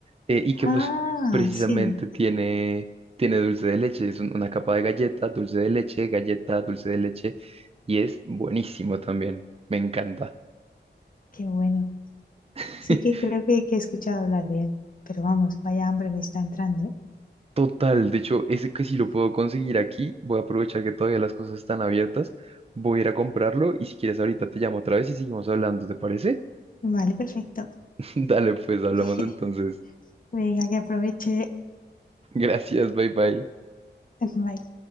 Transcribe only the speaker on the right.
eh, y que pues
precisamente
tiene, tiene dulce de leche. Es un- una capa de galleta, dulce de leche, galleta, dulce de leche y es buenísimo también. Me encanta.
<laughs>
Total, de hecho, ese que si lo puedo conseguir aquí, voy a aprovechar que todavía las cosas están abiertas. Voy a ir a comprarlo y si quieres ahorita te llamo otra vez y seguimos hablando, ¿te parece?
<laughs> Dale, pues hablamos
entonces.
Gracias, bye bye.